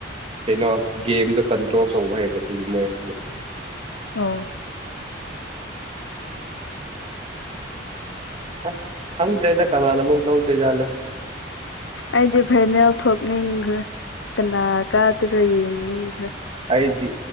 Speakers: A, on the right; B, on the left.
A: ꯀꯩꯅꯣ ꯒꯦꯝꯗꯣ ꯀꯟꯇ꯭ꯔꯣꯜ ꯇꯧꯕ ꯍꯩꯕꯗꯨꯒꯤ ꯃꯣꯏꯅ ꯑꯃ
B: ꯑꯣ
A: ꯑꯁ ꯍꯪ ꯀꯩꯗ ꯀꯅꯥꯅ ꯃꯛ ꯂꯧꯧꯕꯗ ꯌꯥꯂ
B: ꯑꯩꯗꯤ ꯐꯥꯏꯅꯦꯜ ꯊꯣꯛꯅꯤꯡꯈ꯭ꯔꯦ ꯀꯅꯥ ꯀꯥꯗꯔꯣ ꯌꯦꯡꯅꯤꯡꯈ꯭ꯔꯦ
A: ꯑꯩꯗꯤ